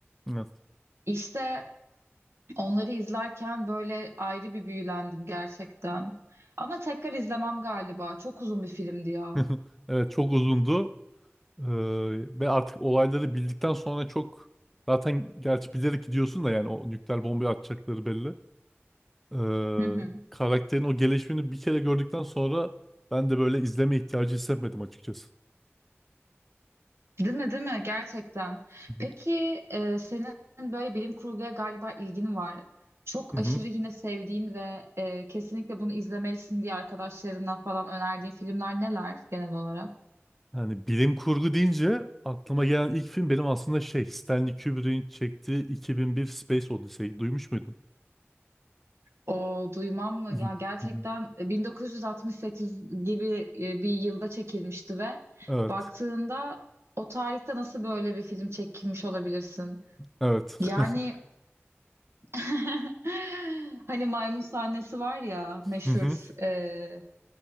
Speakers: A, in the centre; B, on the right.
A: Evet.
B: İşte onları izlerken böyle ayrı bir büyülendim gerçekten. Ama tekrar izlemem galiba. Çok uzun bir filmdi ya.
A: <laughs> Evet çok uzundu. Ee, ve artık olayları bildikten sonra çok zaten gerçi bilerek gidiyorsun da yani o nükleer bombayı atacakları belli. Ee,
B: Hı hı.
A: karakterin o gelişimini bir kere gördükten sonra ben de böyle izleme ihtiyacı hissetmedim açıkçası.
B: Değil mi, değil mi? Gerçekten.
A: Hı
B: Peki e, senin böyle bilim kurguya galiba ilgin var. Çok
A: hı. Hı
B: aşırı
A: hı.
B: yine sevdiğin ve e, kesinlikle bunu izlemelisin diye arkadaşlarından falan önerdiğin filmler neler genel olarak?
A: Yani bilim kurgu deyince aklıma gelen ilk film benim aslında şey Stanley Kubrick'in çektiği 2001 Space Odyssey'yi duymuş muydun?
B: O duymam mı?
A: Hı
B: Ya gerçekten
A: hı.
B: 1968 gibi e, bir yılda çekilmişti ve
A: Evet.
B: baktığında o tarihte nasıl böyle bir film çekilmiş olabilirsin?
A: Evet.
B: Yani
A: <laughs>
B: <laughs> hani maymun sahnesi var ya meşhur.
A: Hı hı.
B: e,